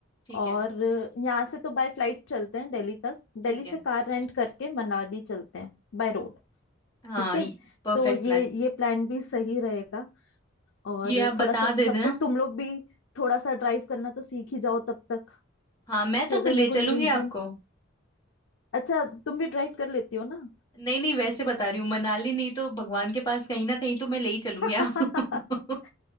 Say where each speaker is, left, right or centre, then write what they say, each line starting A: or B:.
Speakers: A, on the left; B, on the left.
A: ठीक
B: और
A: है
B: यहाँ से तो बाय फ्लाइट चलते हैं दिल्ली तक दिल्ली
A: ठीक
B: से
A: है
B: कार रेंट करके मनाली चलते हैं बाय रोड
A: हाँ
B: ठीक है
A: Perfect
B: तो ये
A: plan
B: ये प्लान भी सही रहेगा और
A: ये आप बता
B: थोड़ा सा
A: दे
B: तब
A: देना
B: तक तुम लोग भी थोड़ा सा ड्राइव करना तो सीख ही जाओ तब तक
A: हाँ मैं
B: कि
A: तो
B: अगर
A: ले
B: मेरे
A: चलूंगी
B: को नींद वींद
A: आपको
B: अच्छा तुम भी ड्राइव कर लेती हो ना
A: नहीं नहीं वैसे बता रही हूँ मनाली नहीं तो भगवान के पास कहीं ना कहीं तो मैं ले ही
B: <laughs>
A: चलूंगी आपको